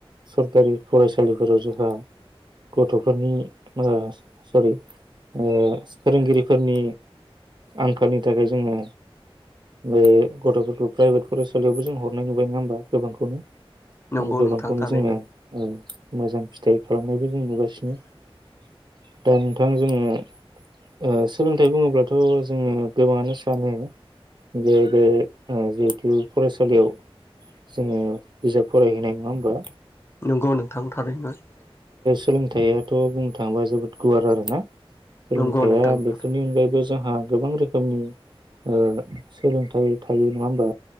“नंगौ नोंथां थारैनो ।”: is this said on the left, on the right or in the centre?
Left